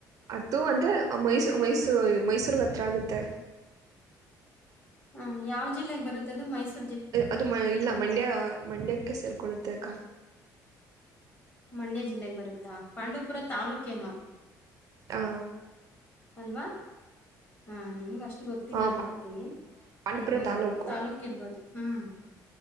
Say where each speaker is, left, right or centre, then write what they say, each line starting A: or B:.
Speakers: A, on the right; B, on the left.
A: ಅದು ಅಂದ್ರೆ ಮೈಸೂ ಮೈಸೂ ಮೈಸೂರ್ಗ ಹತ್ರ ಆಗುತ್ತೆ
B: ಹ ಯಾವ್ ಜಿಲ್ಲೆಗ ಬರುತ್ತದದು ಮೈಸೂರ
A: ಅದು ಇಲ್ಲ ಮಂಡ್ಯ ಮಂಡ್ಯಕ್ಕೆ ಸೇರ್ಕೊಳ್ಳುತ್ತ ಅಕ್ಕ
B: ಮಂಡ್ಯ ಜಿಲ್ಲೆಗೆ ಬರುತ್ತಾ ಪಾಂಡುಪುರ ತಾಲೂಕನು
A: ಹಾ
B: ಅಲ್ವಾ ಹಾ ನಿನ್ಗ ಅಷ್ಟೇ ಗೊತ್ತಿಲ್ಲ
A: ಆ,
B: ಅನ್ಕೋತೀನಿ
A: ಪಾಂಡವಪುರ
B: ಇರ್ಬೋದ
A: ತಾಲೂಕು
B: ಇರ್ಬೋದು ತಾಲೂಕ್ ಇರ್ಬೋದು ಹ್ಮ್